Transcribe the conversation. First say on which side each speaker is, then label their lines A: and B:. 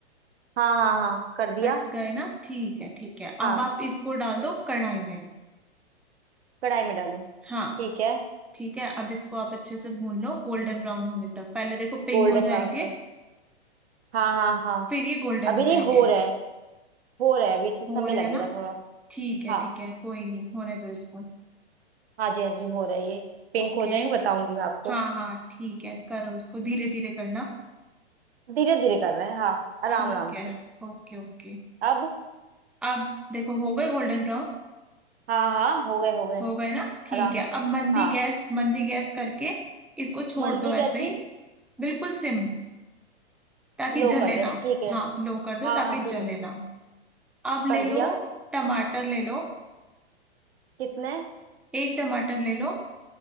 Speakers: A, on the right; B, in the centre.
A: हाँ हाँ हाँ कर दिया
B: कट गए ना ठीक है ठीक है अब
A: हाँ
B: आप इसको डाल दो कढ़ाई में
A: कढ़ाई में डालूं
B: हाँ
A: ठीक है
B: ठीक है अब इसको आप अच्छे से भून लो गोल्डन ब्राउन होने तक पहले देखो पिंक
A: गोल्डन
B: हो
A: ब्राउन
B: जाएंगे
A: तक हाँ हाँ हाँ
B: फिर ये गोल्डन
A: अभी
B: हो जाएंगे
A: नहीं हो रहा है हो रहा है अभी तो समय
B: हो रहे
A: लगेगा
B: हैं ना
A: थोड़ा
B: ठीक है
A: हाँ
B: ठीक है कोई नहीं होने दो इसको
A: हाँ जी हाँ जी हो रहा है ये पिंक
B: ओके
A: हो जाएंगे बताऊंगी मैं आपको
B: हाँ हाँ ठीक है करो इसको धीरे धीरे करना
A: धीरे धीरे कर रहे हैं हाँ आराम
B: ठीक
A: आराम
B: है
A: से
B: Okay okay
A: अब
B: अब देखो हो गए गोल्डन ब्राउन
A: हाँ हाँ हो गए हो गए
B: हो गए ना ठीक
A: आराम
B: है
A: से
B: अब मंदी
A: हाँ
B: गैस मंदी गैस करके इसको छोड़
A: मंदी
B: दो ऐसे
A: कैसी
B: ही बिल्कुल सिम ताकि
A: लो
B: जले
A: कर दे
B: ना
A: ठीक है
B: हाँ लो कर दो
A: हाँ
B: ताकि
A: हाँ ठीक
B: जले
A: है
B: ना अब
A: कर
B: ले
A: दिया
B: लो टमाटर ले लो
A: कितने
B: एक टमाटर ले लो